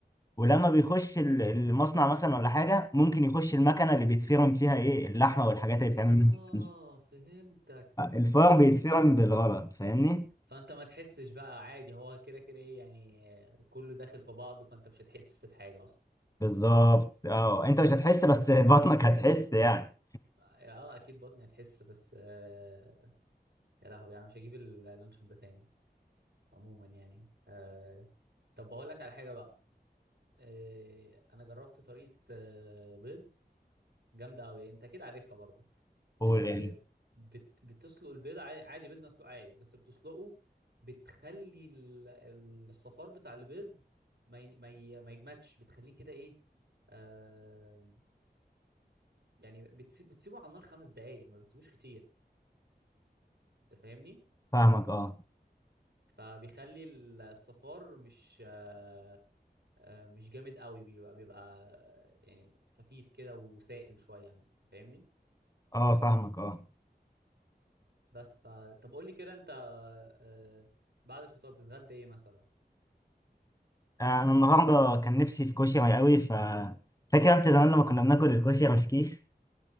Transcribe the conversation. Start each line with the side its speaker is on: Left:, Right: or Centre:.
Left: ولما بيخش ال- المصنع مثلا ولا حاجه ممكن يخش المكنه اللي بيتفرم فيها ايه اللحمه والحاجات اللي بتعمل
Right: اه
Left: منها
Right: فهمتك
Left: الفار
Right: فهمت
Left: بيتفرم بالغلط فاهمني
Right: فانت ما تحسش بقى عادي هو كده كده ايه يعني آه، كله داخل في بعضه فانت مش هتحس بحاجة اصلا
Left: بالظبط اه انت مش هتحس بس بطنك هتحس يعني
Right: اه اكيد بطني هتحس بس آه، يا لهوي انا مش هجيب اللانشون ده تاني عموما يعني آه طب بقول لك على حاجه بقى آه انا جربت طريقه آه بيض جامده قوي انت اكيد عارفها برضو
Left: قول
Right: آه
Left: إيه.
Right: بت بتسلق البيض عادي, عادي بيض مسلوق عادي بس بتسلقه بتخلي ال- ال- الصفار بتاع البيض ما ي- ما ي- ما يجمدش بتخليه كده ايه آه يعني بتسيب بتسيبه على النار خمس دقايق ما بتسيبوش كتير انت فاهمني
Left: فاهمك اه
Right: فبيخلي الصفار مش آه، آه، مش جامد قوي بيبقى بيبقى يعني خفيف كده وسائل شويه أنت فاهمني
Left: اه فاهمك اه
Right: بس ف طب قول لي كده انت آه، بعد الفطار بتتغدى ايه مثلا
Left: آه، انا النهارده كان نفسي في كشري قوي ف فاكر انت زمان لما كنا بناكل الكشري مش كيس